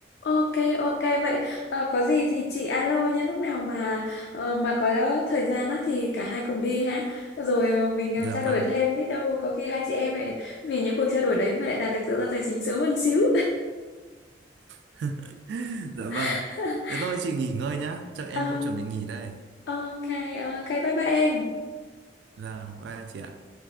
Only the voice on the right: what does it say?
Dạ
vâng.
<laughs> Dạ vâng.
Thế thôi chị nghỉ ngơi nhá. Chắc em
cũng chuẩn bị nghỉ đây.
Vâng, bye chị ạ.